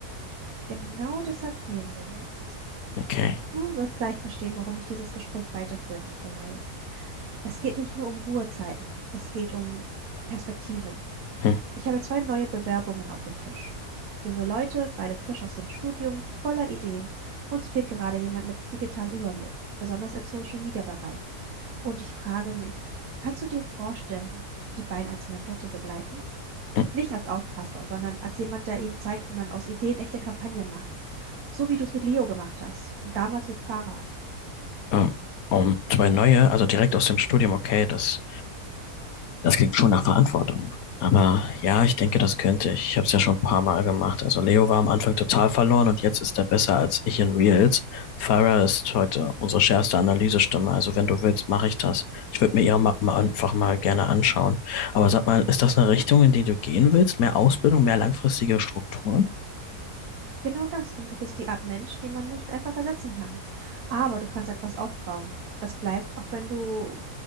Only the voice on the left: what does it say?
Okay.
Hm,
hm,
ähm, um zwei neue, also direkt aus dem Studium, okay, das Das klingt schon nach Verantwortung. Aber ja, ich denke, das könnte ich. Ich habe es ja schon ein paar Mal gemacht. Also Leo war am Anfang total verloren und jetzt ist er besser als ich in Reels. Farah ist heute unsere schärfste Analysestimme. Also wenn du willst, mache ich das. Ich würde mir ihre Mappen einfach mal gerne anschauen. Aber sag mal, ist das eine Richtung, in die du gehen willst? Mehr Ausbildung, mehr langfristige Strukturen?